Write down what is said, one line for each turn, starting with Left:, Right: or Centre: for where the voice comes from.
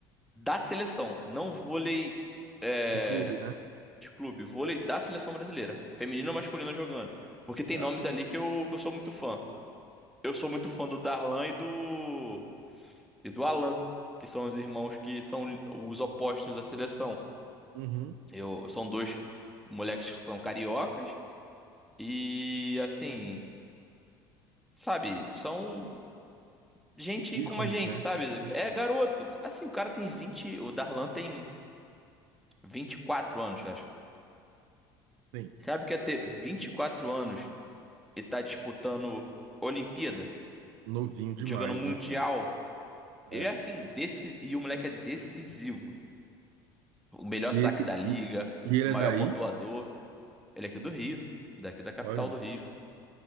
Centre: da seleção. Não vôlei é,
Right: De clube, né?
Centre: de clube, vôlei da seleção brasileira. Feminino ou masculino jogando. Porque tem
Right: É.
Centre: nomes ali que eu, que eu sou muito fã. Eu sou muito fã do Darlan e do, e do Alan, que são os irmãos que são os opostos da seleção.
Right: Uhum.
Centre: Eu, são dois moleques que são cariocas e, assim, sabe, são gente
Right: Ícones,
Centre: como a gente,
Right: né?
Centre: sabe?
Right: Uhum.
Centre: É garoto. Assim, o cara tem vinte o Darlan tem 24 anos, acho.
Right: Sim.
Centre: Sabe o que é ter 24 anos e tá disputando Olimpíada,
Right: Novinho demais,
Centre: jogando Mundial?
Right: né, cara? É.
Centre: E assim, decis... e o moleque é decisivo. O melhor
Right: E,
Centre: saque
Right: ele-
Centre: da liga,
Right: e, e ele
Centre: o
Right: é
Centre: maior
Right: daí,
Centre: pontuador. Ele é aqui do Rio, daqui da capital
Right: olha,
Centre: do Rio.